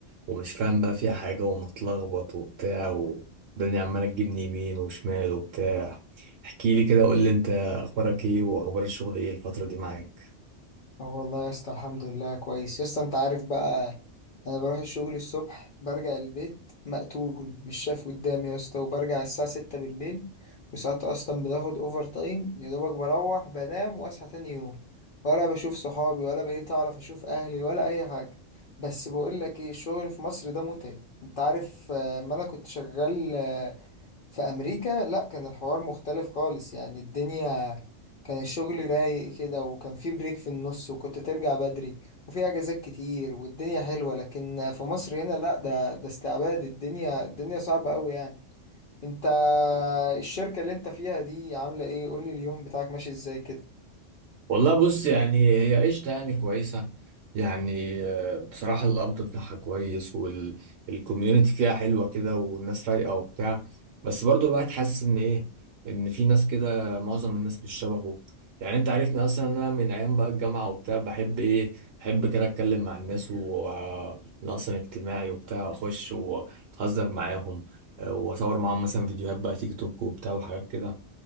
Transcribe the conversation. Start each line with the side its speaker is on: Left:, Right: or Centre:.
Right: ومش فاهم بقى فيها حاجة ومتلخبط وبتاع والدنيا عمالة تجيبني يمين وشمال وبتاع احكي لي كده قول لي انت اخبارك ايه واخبار الشغل ايه الفترة دي معاك
Left: اه والله يا اسطى الحمد لله كويس يا اسطى انت عارف بقى انا بروح الشغل الصبح برجع البيت مقتول مش شايف قدامي يا اسطى وبرجع الساعة ستة بالليل وساعات اصلا بناخد اوفر تايم يا دوبك بروح بنام واصحى تاني يوم ولا بشوف صحابي ولا بقيت اعرف اشوف اهلي ولا اي حاجة بس بقول لك ايه الشغل في مصر ده متعب انت عارف آه، ما انا كنت شغال آه، في امريكا لا كان الحوار مختلف خالص يعني الدنيا كان الشغل رايق كده وكان في بريك في النص وكنت ترجع بدري وفي اجازات كتير والدنيا حلوة لكن في مصر هنا لا ده ده استعباد الدنيا الدنيا صعبة قوي يعني انت الشركة اللي انت فيها دي عاملة ايه قولي اليوم بتاعك ماشي ازاي كده
Right: والله بص يعني هي قشطة يعني كويسة يعني آه، بصراحة القبض بتاعها كويس والكوميونتي فيها حلوة كده والناس رايقة وبتاع بس برضو الواحد حاسس إن إيه إن في ناس كده معظم الناس مش شبهه يعني أنت عارفني أصلا إن أنا من أيام بقى الجامعة وبتاع بحب إيه بحب كده أتكلم مع الناس وأنا أصلا اجتماعي وبتاع وأخش وأهزر معاهم آه، وأصور معاهم مثلا فيديوهات بقى تيك توك وبتاع وحاجات كده